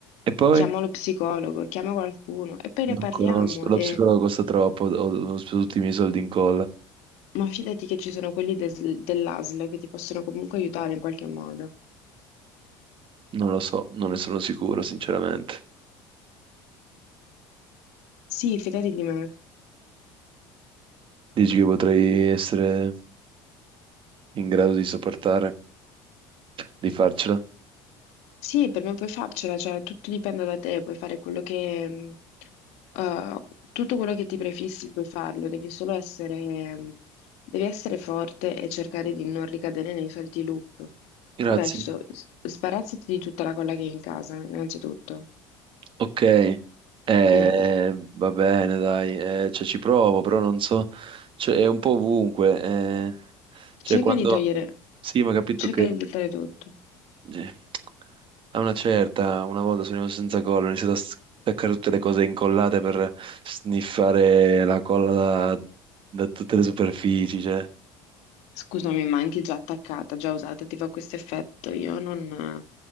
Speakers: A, on the right (about 50°); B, on the left (about 70°).
A: E poi?
B: chiama lo psicologo, chiama qualcuno e poi ne
A: Non
B: parliamo.
A: conosco, lo
B: E...
A: psicologo costa troppo, ho, ho speso tutti i miei soldi in colla.
B: Ma fidati che ci sono quelli del- dell'ASL che ti possono comunque aiutare in qualche modo.
A: Non lo so, non ne sono sicuro, sinceramente.
B: Sì, fidati di me.
A: Dici che potrei essere in grado di sopportare, di farcela?
B: Sì, per me puoi farcela, cioè tutto dipende da te, puoi fare quello che, mh, eh, tutto quello che ti prefissi puoi farlo, devi solo essere, mh, devi essere forte e cercare di non ricadere nei soliti loop.
A: Grazie.
B: Adesso s- sbarazzati di tutta la colla che hai in casa, innanzitutto.
A: Ok, eh,
B: Mm.
A: va bene, dai, eh, cioè, ci provo, però non so, cioè, è un po' ovunque. eh. Cioè,
B: Cerca
A: quando...
B: di togliere,
A: Sì, ma ho capito
B: cerca
A: che...
B: di buttare tutto.
A: Sì. A una certa, una volta sono rimasto senza colla, ho iniziato a staccare tutte le cose incollate per sniffare la colla da, da tutte le superfici, cioè
B: Scusami, ma anche già attaccata, già usata, ti fa questo effetto. Io non,